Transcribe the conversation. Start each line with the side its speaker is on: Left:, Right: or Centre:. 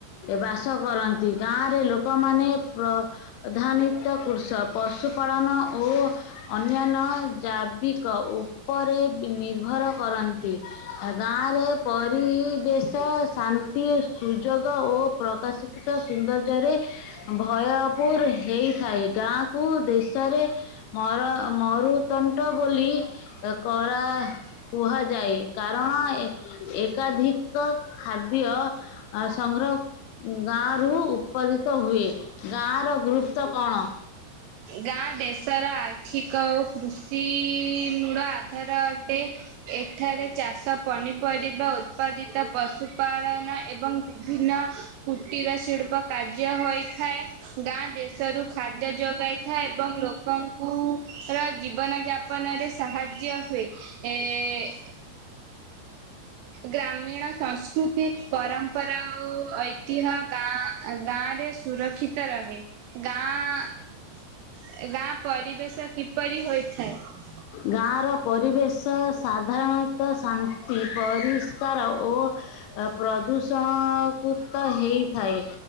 Left: ବାସ କରନ୍ତି ଗାଁ। ମାନେ ପ୍ରଧାନିତ କୃଷ ପଶୁପାଳନ ଓ ଅନ୍ୟାନ୍ୟ ଜୈବିକ ଉପ। ଉପରେ ନିର୍ଭର କରନ୍ତି ଗାଁରେ ପରିବେଶ ଶାନ୍ତି ସୁଯୋଗ ଓ ପ୍ରକାଶିତ ସୁୌନ୍ଦର୍ଯ୍ୟ। ଭୟପୁର ହେଇଥାଏ ଗାଁ କୁ ଦେଶରେ ମୋର ମୋରୁ। ତଣ୍ଟ ବୋଲି। ତକରା। କୁହାଯାଏ କାରଣ ଏ ଏକାଧିକ ଖାଦ୍ୟ ଆ ସଂଗ୍ରହ ଗାଁରୁ ଉତ୍ପାଦିତ ହୁଏ। ଗାଁର ଗୁରୁତ୍ୱ କଣ?
Right: ଗାଁ ଦେଶର ଆର୍ଥିକ ଓ। କୃଷି-ଇ ର ଆଧାର ଅଟେ। ଏଠାରେ ଚାଷ ପନିପରିବା ଉତ୍ପାଦିତ ପଶୁପାଳନ ଏବଂ ବିଭିନ୍ନ କୁଟୀର ଶିଳ୍ପ କାର୍ଯ୍ୟ ହୋଇଥାଏ। ଗାଁ ଦେଶରୁ ଖାଦ୍ୟ ଯୋଗାଇ ଥା ଏବଂ ଲୋକଙ୍କୁ ର ଜୀବନ ଯାପନରେ ସାହାଯ୍ୟ ହୁଏ ଏ। ଗ୍ରାମୀଣ ସଂସ୍କୃତି ପରମ୍ପରା ଓ ଐତିହ୍ୟ ଗାଁ ଗାଁରେ ସୁରକ୍ଷିତ ରହେ। ଗାଁ, ଗାଁ ପରିବେଶ କିପରି ହୋଇଥାଏ?
Left: ଗାଁ ର ପରିବେଶ ଶ ସାଧାରଣତଃ ଶାନ୍ତି ପରିଷ୍କାର ଓ ପ୍ରଦୁତ୍ ସଅଁ କୁତ ହେଇଥାଏ।